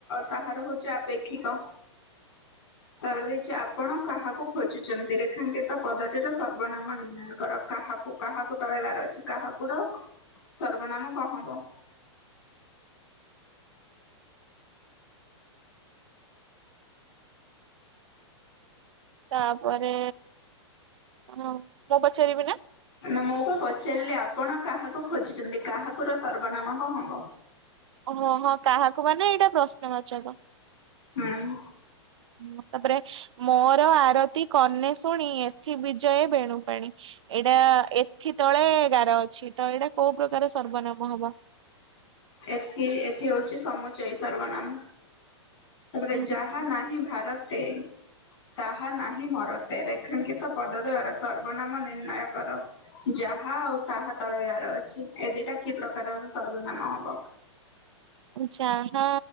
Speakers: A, on the left; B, on the right.
A: ତାହାର ହଉଛି ଆପେକ୍ଷିକ। ତାପରେ ଦେଇଛି ଆପଣ କାହାକୁ ଖୋଜୁଛନ୍ତି। ରେଖାଙ୍କିତ ପଦଟିର ସର୍ବନାମ ନିର୍ଣ୍ଣୟ କର କାହାକୁ। କାହାକୁ ତଳେ ଗାର ଅଛି କାହାକୁର ସର୍ବନାମ କଣ ହବ।
B: ତାପରେ ଆଉ ମୁଁ ପଚାରିବି ନା।
A: ନା ମୁଁ ବା ପଚାରିଲି ଆପଣ କାହାକୁ ଖୋଜୁଛନ୍ତି। କାହାକୁ ର ସର୍ବନାମ କଣ ହବ।
B: ଓହୋ ହଁ କାହାକୁ ମାନେ ଏଇଟା ପ୍ରଶ୍ନବାଚକ।
A: ହୁଁ।
B: ଆଉ ତାପରେ ମୋର ଆରତି କର୍ଣ୍ଣେ ଶୁଣୀ ଏଥି ବିଜୟ ବେଣୁପାଣୀ। ଏଇଟା ଏଥି ତଳେ ଗାର ଅଛି ତ ଏଇଟା କୋଉ ପ୍ରକାର ସର୍ବନାମ ହବ।
A: ଏଥି ଏଥି ହେଉଛି ସମୁଚୟ ସର୍ବନାମ। ତାପରେ
B: ହୁଁ
A: ଯାହା ନାହିଁ ଭାରତେ। ତାହା ନାହିଁ ମରତେ ରେଖାଙ୍କିତ ପଦୋଦୟର ସର୍ବନାମ ନିର୍ଣ୍ଣୟ କର। ଯାହା ଆଉ ତାହା ତଳେଗାର ଅଛି ଏ ଦିଟା କି ପ୍ରକାରର ସର୍ଗନାମ ହବ?
B: ଯାହା